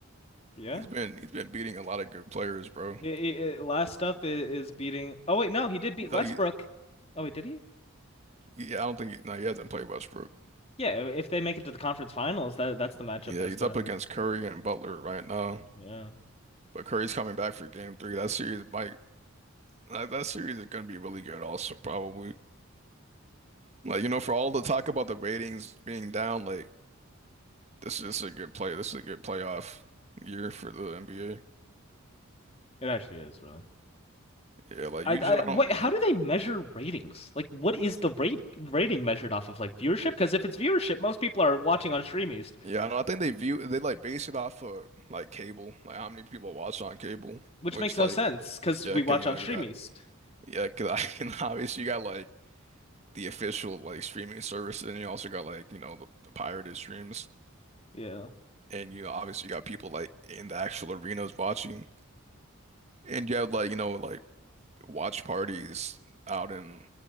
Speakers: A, on the left; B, on the right.
A: Yeah.
B: He's been, he's been beating a lot of good players, bro.
A: It, it- it- last up i- is beating. Oh wait, no, he did beat
B: He's
A: Westbrook.
B: like, he,
A: Oh wait, did he?
B: he- I don't think, he, no, he hasn't played Westbrook.
A: Yeah. If they make it to the conference finals, that that's the matchup
B: Yeah,
A: that's
B: he's
A: gonna.
B: up against Curry and Butler right now.
A: Yeah.
B: But Curry's coming back for game three. That series might That, that series is gonna be really good also probably. Like, you know, for all the talk about the ratings being down, like this is a good play. This is a good playoff year for the NBA.
A: It actually is really.
B: Yeah, like
A: I,
B: usually
A: I
B: I don't
A: wait, how do they measure ratings? Like, what is the rate rating measured off of like viewership? Because if it's viewership, most people are watching on Streameast,
B: yeah, I do I think they view they like base it off of like cable, like how many people watch on cable,
A: which
B: which
A: makes no
B: like
A: sense because
B: yeah,
A: we
B: 'cause
A: watch
B: you know
A: on Streameast.
B: you got yeah, 'cause I <laughs> and obviously you got like the official like streaming service and you also got like, you know, the, the pirated streams
A: Yeah.
B: and you know obviously you got people like in the actual arenas watching. And you have like, you know, like watch parties out in